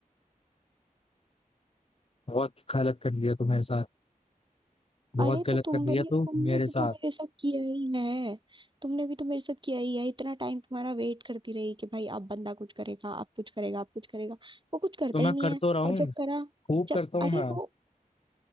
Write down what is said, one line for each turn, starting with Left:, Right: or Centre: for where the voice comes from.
Left: बहुत गलत कर दिया तू मेरे साथ बहुत
Right: अरे
Left: गलत
Right: तो तुम
Left: कर दिया
Right: भी
Left: तू
Right: तुमने
Left: मेरे
Right: भी
Left: साथ
Right: तो मेरे साथ किया ही है तुमने भी तो मेरे साथ किया ही है इतना टाइम तुम्हारा वेट करती रही कि भाई अब बंदा कुछ करेगा अब कुछ करेगा अब कुछ करेगा वो कुछ करता
Left: तो
Right: ही
Left: मैं
Right: नहीं
Left: कर
Right: है
Left: तो रहा हूँ
Right: और जब करा
Left: खूब
Right: जब
Left: करता हूँ
Right: अरे
Left: मैं
Right: वो